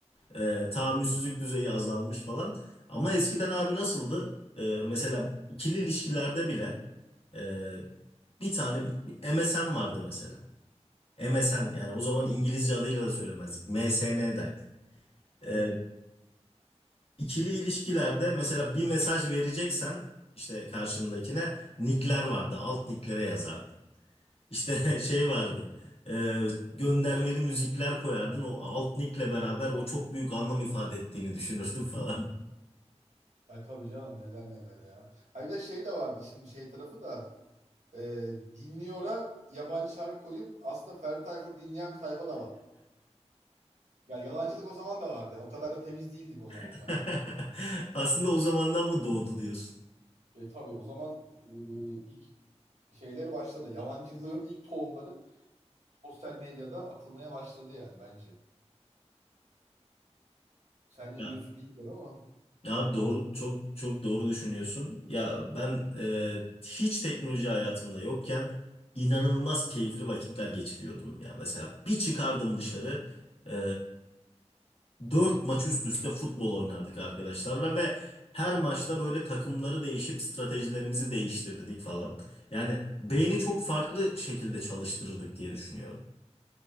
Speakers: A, on the left; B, on the right.
A: E, tahammülsüzlük düzeyi azalmış falan. Ama eskiden abi nasıldı? E, mesela ikili ilişkilerde bile e, bir tane bir, bir MSN vardı mesela. MSN yani o zaman İngilizce adıyla da söylemezdik. MSN derdik.
B: Evet.
A: Ee, ikili ilişkilerde mesela bir mesaj vereceksen işte karşındakine nickler vardı. Alt nicklere yazardın. İşte <laughs> şey vardı. e, göndermeli müzikler koyardın. O alt nickle beraber o çok büyük anlam ifade ettiğini düşünürdün <laughs> falan.
B: E tabii canım neler neler ya. Ha bir de şey de vardı işin şey tarafı da e, dinliyora yabancı şarkı koyup aslında Ferdi Tayfur dinleyen bir tayfa da var. Yani yalancılık o zaman da vardı. Yani o kadar da temiz değildik o zamanlar.
A: <laughs> Aslında o zamandan mı doğdu diyorsun?
B: E tabii o zaman e, ilk şeyleri başladı. Yalancılığın ilk tohumları sosyal medyada atılmaya başladı yani bence. Sen ne
A: Ya,
B: diyorsun bilmiyorum ama
A: ya abi doğru
B: o,
A: çok çok doğru düşünüyorsun. Ya ben e, hiç teknoloji hayatımda yokken inanılmaz keyifli vakitler geçiriyordum. Ya mesela bir çıkardım dışarı e, dört maç üst üste futbol oynardık arkadaşlarla ve her maçta böyle takımları değişip stratejilerimizi değiştirirdik falan. Yani beyni çok farklı şekilde çalıştırırdık diye düşünüyorum.